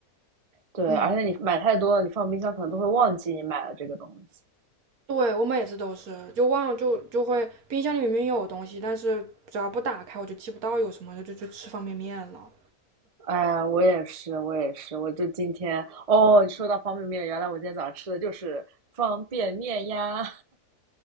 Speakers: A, on the right; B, on the right.
A: 对，
B: 嗯，
A: 而且你买太多了，你放冰箱可能都会忘记你买了这个东西。
B: 对，我每次都是，就忘了就就会冰箱里明明有东西，但是只要不打开我就记不到有什么，就就就吃方便面了。
A: 哎，我也是，我也是，我就今天哦，你说到方便面，原来我今天早上吃的就是方便面呀！